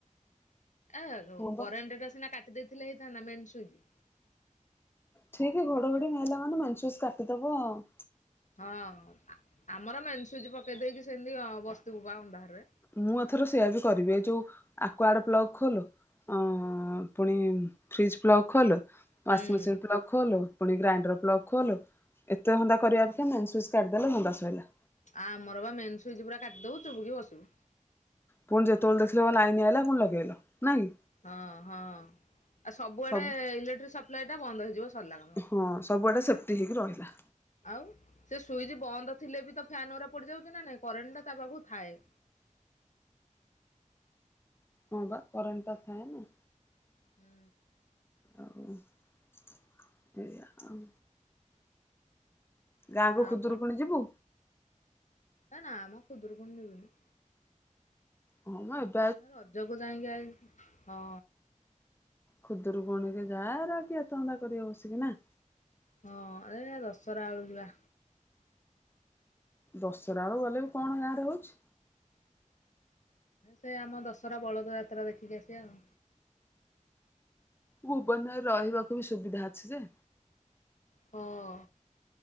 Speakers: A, on the left (about 65°); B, on the left (about 15°).
A: ଏ
B: ହଁ ବା
A: କରେଣ୍ଟ୍ ଟା ସିନା କାଟି କାଟି ଦେଇଥିଲେ ହେଇଥାନ୍ତା ମେନ୍ ସ୍ୱିଚ୍।
B: ଠିକି ଘଡଘଡି ମାଇଲା ମାନେ ମେନ୍ ସ୍ୱିଚ କାଟିଦବ ଆଉ।
A: ହଁ ଆ-ଆମର ମେନ୍ ସୁଇଚ ପକେଇ ଦେଇେଇକି ସେମିତି ବସ୍ତିବୁ ପା ଅନ୍ଧାରରେ।
B: ମୁଁ ଏଥର ସେୟଆ ବି କରିବି ଏ ଯୋଉ ଆକୁଆଡେ ପ୍ଲକ ଖୋଲ ଅ ପୁଣି ଫ୍ରିଜ ପ୍ଲକ୍ ଖୋଲ୍ ୱାଂ
A: ହୁଁ
B: ସିଂମେସିନ୍ ପ୍ଲକ୍ ଖୋଲ ପୁଣି ଗ୍ରାଇଣ୍ଡର ପ୍ଲକ ଖୋଲ ଏତେ ଧନ୍ଦା କରିବାର ଥିବ ମେନ୍ ଶ୍ୱିଚ୍ କାଢ଼ିଦେଲା ଗଲା ସଇଲା।
A: ଆ ଆମର ବା ମେନ୍ ସୁଇଚ୍ ପୁରା କାଟିଦବୁ ଚୁବୁ କି ବସିବୁ।
B: ଫୁଣି ଯେତେବେଳେ ଦେଖିଲେ ଆଇନ ଆଇଲା ପୁଣି ଲଗେଇଲ ନାଇଁ କି।
A: ହଁ ହଁ ଆ ସବୁଆଡେ
B: ସବୁ
A: ଇଲେକ୍ଟ୍ରିକ ସପ୍ଲାଏ ଟା ବନ୍ଦ ହେଇଯିବ ସରିଲା କାମ
B: ହଁ ସବୁଆଡେ ସେଫ୍ଟି ହେଇକି ରହିଲା।
A: ଆଉ ସେ ସୁଇଚ ବନ୍ଦ ଥିଲେ ବି ତ ଫ୍ୟାନ ଗରା ପଡିଯାଉଛି ନା ନାଇଁ କରେଣ୍ଟ ଟା ତା ପାଖକୁ ଥାଏ।
B: ହଁ ବା କରେଣ୍ଟ ଟା ଥାଏ ନା।
A: ହୁଁ।
B: ଆଉ ଏଇୟା ଆଉ। ଗାଁକୁୁ
A: ଆଉ
B: ଖୁଦରୁକୁଣୀ ଯିବୁ?
A: ଏ ନା ମ ଖୁଦୁରୁକୁଣୀ ଯିବିନି।
B: ହଁ ମ ଏବ୍
A: ନା ରଜକୁ ଯାଇକି ଆଇ ହଁ।
B: ଖୁଦୁରୁକୁଣୀ ରେ ଯା ଏରା କିଏ ଏତେ ଧନ୍ଦା କରିବ ବସିକି ନା?
A: ହଁ ଏ ଦଶହରା ବେଳୁକୁ ଯିବା।
B: ଦଶହରା ଆଳଉ ଗଲେ ବି କଣ ଗାଁରେ ହଉଛି?
A: ସେ ଆମ ଦଶହରା ବଳଦ ଯାତ୍ରା ଦେଖିକି ଆସିବା ଆଉ।
B: ଭୁବନରେ ରହିବାକୁ ବି ସୁବିଧା ଅଛି ଯେ।
A: ହଁ।